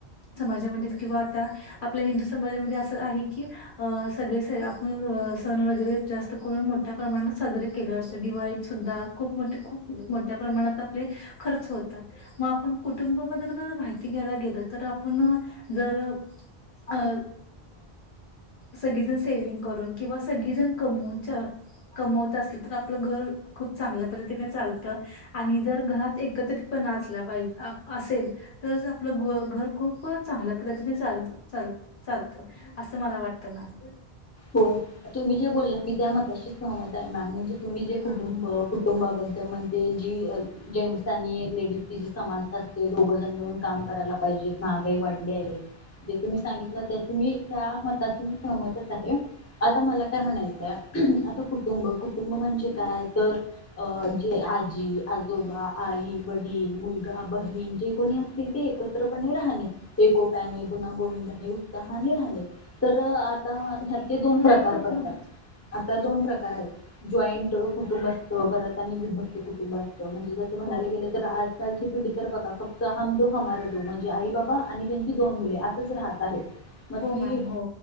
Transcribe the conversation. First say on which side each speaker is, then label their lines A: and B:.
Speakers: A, on the left; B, on the left.
A: समाजामध्ये किंवा आता आपल्या हिंदू समाजामध्ये असं आहे की अ सगळे स आपण सण वगैरे जास्त करून मोठ्या प्रमाणात साजरे केले असते दिवाळीत सुद्धा खूप मोठ खूप मोठ्या प्रमाणात खर्च होतात मग आपण कुटुंबाबद्दल माहिती घ्यायला गेलो तर आपण जर अ सगळेजण सेविंग करून किंवा सगळीजण कमवून कमवत असल तर आपलं घर खूप चांगल्या पद्धतीने चालतं आणि जर घरात एकत्रितपणा असला पाहिजअ असेल तरच आपलं घर खूप चांगल्या पद्धतीने चाल चाल चालत असं मला वाटत मॅम
B: हो तुम्ही जे बोलला मी त्या मताशी सहमत <unintelligible> तुम्ही जे कुटुंब
A: हा
B: कुटुंबाबद्द म्हणते जी जेंट्स आणि लेडीजची समानता असते दोघजण मिळून काम करायला पाहिजेत महागाई वाढली आहे जे तुम्ही सांगितलं ते तुम्ही त्या मताशी सहमतच आहे. आता मला काय म्हणाय आता कुटुंब कुटुंब म्हणजे काय तर अ जे आजी आजोबा आई वडील मुलगा बहीण जे कोणी असतील ते एकत्रपणे राहणे एकोप्याने गुणा गोविंदाने उत्साहाने राहणे तर आता ह्याचे
A: नं-
B: दोन
A: नंतर
B: प्रकार
A: करतो
B: पडतात.
A: मला
B: आता दोन प्रकार आहेत जॉईंट कुटुंब असत परत आणि विभक्त कुटुंब अस म्हणजे जसं म्हणायला
A: हो
B: गेलं तर आजकालची पिढी तर बघा फक्त हम दो हमारे दो म्हणजे आई बाबा आणि त्यांची दोन मुले असंच राहत आहेत. मग
A: हो
B: ती
A: मॅम हो